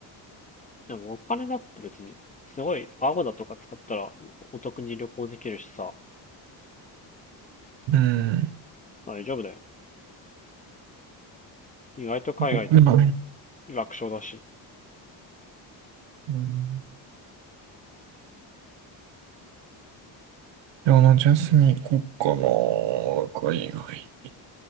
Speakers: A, on the left (about 20°); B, on the right (about 70°).
A: でも、お金だって別に、すごい、アゴだとか使ったらお得に旅行できるしさ、
B: うん。
A: 大丈夫だよ。意外と海外とか、
B: 僕がね。
A: 楽勝だし。
B: うん。でもあの、ジャスミン行こっかな。海外。